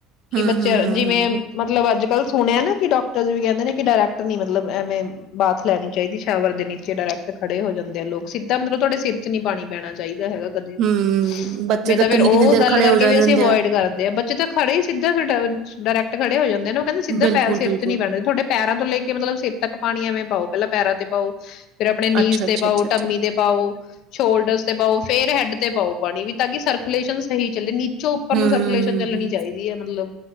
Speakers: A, on the left (about 55°); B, on the right (about 50°).
A: ਕਿ
B: ਹੂੰ
A: ਬੱਚਿਆਂ
B: ਹੂੰ ਹੂੰ
A: ਜਿਵੇਂ
B: ਹੂੰ
A: ਮਤਲਬ ਅੱਜ ਕਲ ਸੁਣਿਆ ਨਾ ਕਿ ਡਾਕਟਰਸ ਵੀ ਕੈੰਦੇ ਨੇ ਕਿ ਡਾਰੈਕਟ ਨੀ ਮਤਲਬ ਐਵੇਂ ਬਾਥ ਲੈਣੀ ਚਾਹੀਦੀ ਸ਼ਾਵਰ ਦੇ ਨੀਚੇ, ਡਾਰੈਕਟ ਖੜੇ ਹੋ ਜਾਂਦੇ ਐ ਲੋਗ, ਸਿੱਧਾ ਮਤਲਬ ਤੁਹਾਡੇ ਸਿਰ ਚ ਨੀ ਪਾਣੀ ਪੈਣਾ ਚਾਹੀਦਾ। ਦੈ ਹੈਗਾ ਕਦੀ,
B: ਹੂੰ ਬੱਚੇ
A: ਮੈਂ ਤਾਂ ਫੇਰ
B: ਕਿੰਨੀ
A: ਔ
B: ਕਿੰਨੀ ਦੇਰ
A: ਗੱਲ
B: ਖੜੇ
A: ਕਰਕੇ
B: ਹੋ ਜਾ
A: ਵੀ
B: ਜਾਂਦੇ
A: ਅਸੀਂ ਅਵੋਇਡ
B: ਆ
A: ਕਰਦੇ ਆਂ, ਬੱਚੇ ਤਾਂ ਖੜੇ ਹੀ ਸਿੱਧੇ ਰੀਟਰਣ ਡਾਰੈਕਟ ਖੜੇ ਹੋ ਜਾਂਦ ਦੇ ਨੇ, ਔ ਕੈੰਦੇ ਸਿੱਧਾ
B: ਬਿਲਕੁਲ
A: ਪੈਰ ਸਿਰ
B: ਬਿਲਕੁਲ
A: ਚ ਨੀ ਪੈਣਾ, ਥੋਡੇ ਪੈਰਾਂ ਤੋਂ ਲੈ ਕੇ ਮਤਲਬ ਸਿਰ ਪਾਣੀ ਐਵੇਂ ਪਾਓ, ਪੈਲਾਂ ਪੈਰਾਂ ਤੇ ਪਾਓ। ਫੇਰ ਅਪਣੇ ਨੀਜ਼
B: ਅੱਛਾ ਅੱਛਾ
A: ਤੇ ਪਾਓ,
B: ਅੱਛਾ ਅੱਛਾ
A: ਟਮੀ ਤੇ ਪਾਓ, ਸ਼ੋਲਡਰਸ ਤੇ ਪਾਓ, ਫੇਰ ਹੈਡ ਤੇ ਪਾਓ ਪਾਣੀ ਵੀ ਤਾਂ ਕਿ ਸਰਕੂਲੇਸ਼ਨ ਸਹੀ ਚੱਲੇ, ਨੀਚ ਚੋ ਉੱਪਰ ਨੂੰ
B: ਹੂੰ
A: ਸਰਕੂਲੇਸ਼ਨ ਚੱਲਣੀ ਚਾਹੀਦੀ ਐ ਮਤਲਬ।